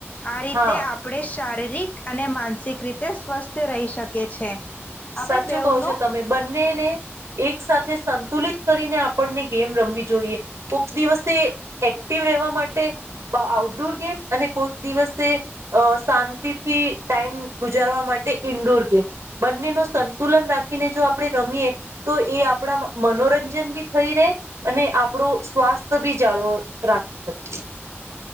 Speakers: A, on the left (about 30°); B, on the right (about 90°).
A: આ રીતે
B: હા
A: આપણે શા શારીરિક અને માનસિક રીતે સ્વસ્થ રહી શકે છે.
B: સાચું
A: આપણે બેવનું
B: કહો છો તમે બંનેને એક સાથે સં તુલિત કરીને આપણને ગેમ રમવી જોઈએ. દિવસે એક્ટિવ રહેવા મા ટે અ-આઉટડોર ગેમ અને કોક દિવસે અ શાંતિથી ટાઈમ ગુજારવા માટે ઇન્ડોર ગેમ બંનેનો સંતુલન રાખીને જો આપણે રમીએ તો એ આપણા મ-મનોરંજન બી થઈ રે અને આપણું સ્વાસ્થ બી જાળવો રાખી શકીએ.